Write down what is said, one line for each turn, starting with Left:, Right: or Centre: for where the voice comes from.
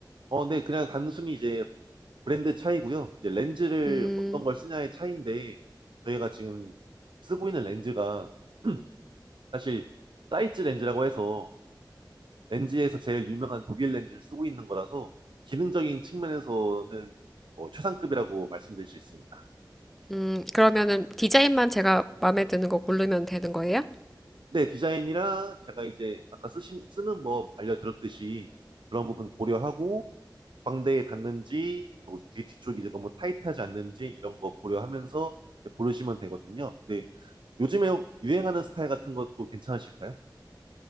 Right: 어, 네. 그냥 단순히 이제 브랜드 차이고요. 이제 렌즈를
Centre: 음,
Right: 어떤 걸 쓰냐의 차이인데 저희가 지금 쓰고 있는 렌즈가 <clears throat> 사실 사이즈 렌즈라고 해서 렌즈에서 제일 유명한 독일 렌즈를 쓰고 있는 거라서 기능적인 측면에서는 뭐 최상급이라고 말씀드릴 수 있습니다.
Centre: 음, 그러면은 디자인만 제가 마음에 드는 거 고르면 되는 거예요?
Right: 네, 디자인이랑 제가 이제 아까 쓰신, 쓰는 법 알려드렸듯이 그런 부분 고려하고 광대에 닿는지 그리고 귀 뒤쪽이 이제 너무 타이트하지 않는지 이런 거 고려하면서 이제 고르시면 되거든요. 네, 요즘에 유행하는 스타일 같은 것도 괜찮으실까요?